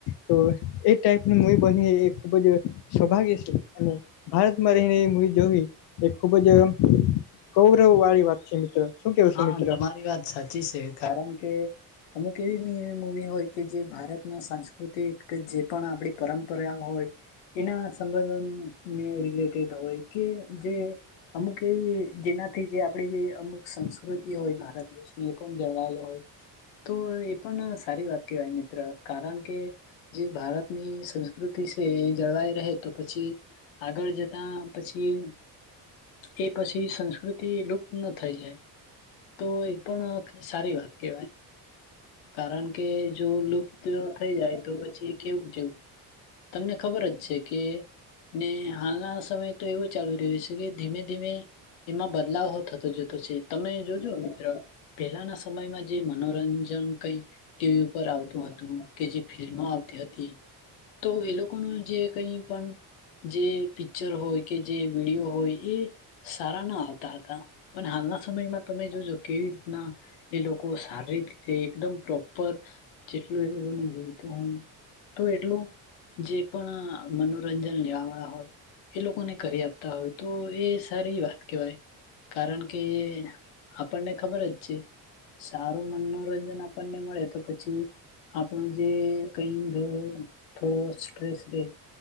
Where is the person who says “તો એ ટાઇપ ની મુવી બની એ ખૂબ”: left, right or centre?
Left